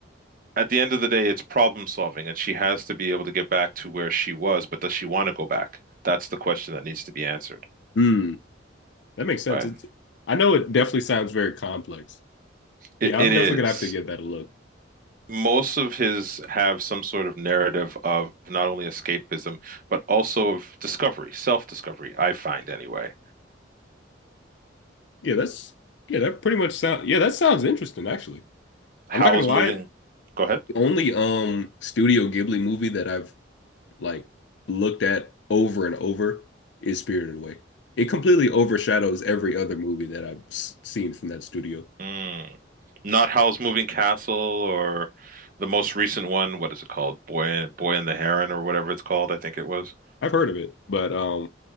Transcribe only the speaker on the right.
At the end of the day, it's problem solving, and she has to be able to get back to where she was, but does she want to go back? That's the question that needs to be answered,
right?
It, it
is.
Most of his have some sort of narrative of not only escapism, but also of discovery, self-discovery, I find anyway
Howl's
Moving.
Go ahead.
Mm. Not Howl's Moving Castle or the most recent one. What is it called? Boy, Boy and the Heron or whatever it's called. I think it was.